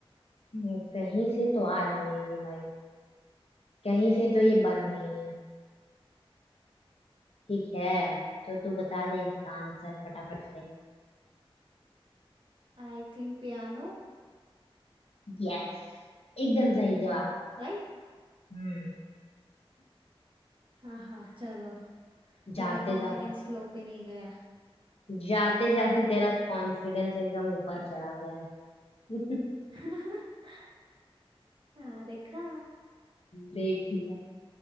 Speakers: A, on the left; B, on the right.
A: हम्म, कहीं से तो आ रही है ये भाई कहीं से तो ये बन रही है ठीक है तो तू बता दे इसका आंसर फटाफट से
B: I think piano
A: यस एकदम सही जवाब
B: राइट
A: हम्म
B: हाँ हाँ चलो मेरा
A: जाते
B: कॉन्फिडेंस
A: जाते
B: लो पे नहीं गया
A: जाते जाते तेरा कॉन्फिडेंस एकदम ऊपर चढ़ा गया है <laughs>
B: <laughs> हाँ देखा
A: देख लिया